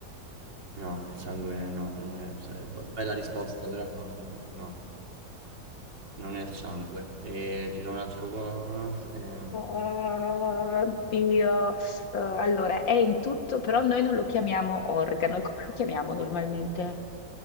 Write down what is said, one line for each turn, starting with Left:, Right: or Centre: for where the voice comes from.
Right: No, il sangue no, non è, sai, b- bella risposta, però no, no, no, non è il sangue. E ti do un altro, qua- un altro eh,
Left: Oddio. Eh, allora, è in tutto, però noi non lo chiamiamo organo. E come lo chiamiamo normalmente?